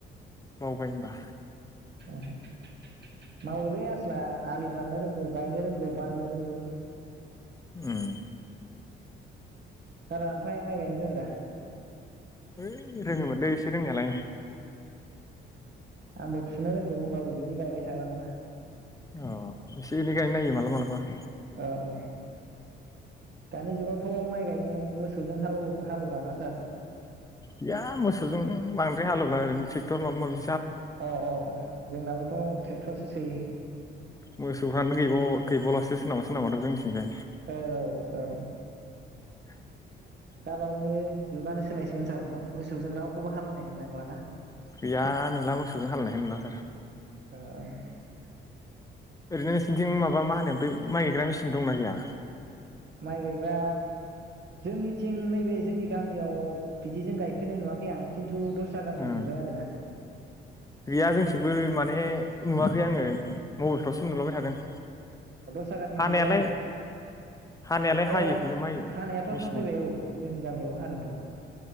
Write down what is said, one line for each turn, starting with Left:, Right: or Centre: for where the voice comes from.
Left: बावबाय होनबा
Right: <unintelligible> आलि दाननो रोंगौ, गायनो रोंगौ, बाननो रोंगौ।
Left: उम।
Right: सारा आमफाय माय गायनो रोंओदा।
Left: ओइ रोङोमोनलै एसे रोंनायालाय।
Right: आंबो थुनो रोंगौ होनबाबो बिदि गायबाय थाग्रा नङा।
Left: अ एसे एनै गायनाय नायो मालाबा मालाबा।
Right: ओ ओ। दानि जुगावथ' माइ गायनो मोसौजों हालौ हालेव लाना। सार।
Left: बिया मोसौजों बांद्राय हालेवलाय ओरैनो ट्रेक्टर माबा माबि
Right: अ अ जोंनाबाथ' ट्रेक्टरसो सोयो।
Left: मोसौफ्रानो गैबाव गैबावलासो सोरनाबा सोरनाबा जोंनिथिंजाय।
Right: औ औ औ।
Left: <inaudible>
Right: दाबावैनो जुगानो सोलायसिगोन सार मोसौजों रावखौबो हालेवनाय नुनाय नंलाना।
Left: गैया नुला मोसौजों हालौनायखौनो नुला सार।
Right: <unintelligible>
Left: ओरैनो नोंसोरनिथिं माबा मा होनो बै माइ गायग्रा मेसिन दंना गैया?
Right: माइ गायग्रा जोंनिथिं नैबे जोंनि गामियाव बिदिजों गायफेरनाय नुवाखै आं खिन्थु थ' दस्रा गामियाव
Left: ओं
Right: नुबाय आरोना।
Left: गैया जोंथिंबो माने नुवाखै आङो मबाइलफ्रावसो नुलाबाय थादों।
Right: आसा गामियाव
Left: हानायालाय
Right: नुबाय आं।
Left: हानायालाय हायो
Right: अ हा
Left: खिन्थु माइ
Right: हानायाथ'
Left: मेचिना
Right: हाफैबाय औ जोंनि गामियावबो हादोंथ'